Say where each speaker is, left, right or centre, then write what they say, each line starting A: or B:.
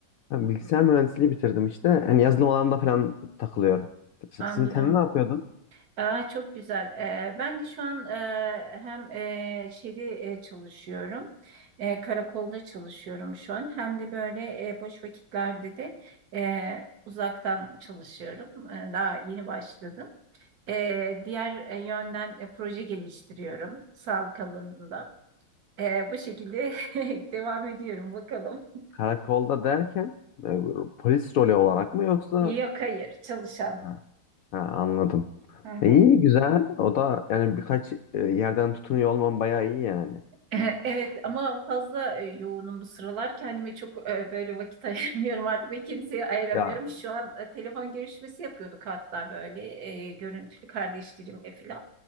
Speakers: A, on the left; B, on the right.
A: Ben bilgisayar mühendisliği bitirdim işte. Hani yazılım alanında falan takılıyorum. S-
B: Anladım.
A: Sizin sen ne yapıyordun?
B: Aa, çok güzel. E, ben de şu an e, hem e, şeyde e, çalışıyorum. E, karakolda çalışıyorum şu an. Hem de böyle e, boş vakitlerde de e, uzaktan çalışıyorum. E, daha yeni başladım. E, diğer e, yönden e, proje geliştiriyorum sağlık alanında. E, bu şekilde <laughs> devam ediyorum bakalım.
A: Karakolda derken e, polis rolü olarak mı yoksa
B: Yok hayır çalışan.
A: ha, ha, anladım.
B: Hı hı.
A: E, İyi
B: <laughs>
A: güzel. O da yani birkaç e, yerden tutunuyor olman bayağı iyi yani.
B: E, Evet ama fazla e, yoğunum bu sıralar. Kendime çok e, böyle vakit <laughs> ayırmıyorum artık ve kimseye ayıramıyorum.
A: Ya.
B: Şu an e, telefon görüşmesi yapıyorduk hatta böyle e, görüntülü kardeşlerimle falan.